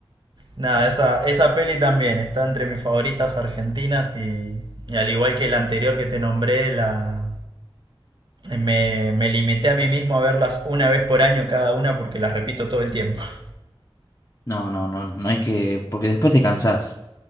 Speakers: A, on the right; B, on the left.
A: Nada, esa, esa peli también está entre mis favoritas argentinas y, y al igual que la anterior que te nombré, la, me, me limité a mí mismo a verlas una vez por año cada una porque las repito todo el tiempo. <laughs>
B: No, no, no, no hay que, porque después te cansás.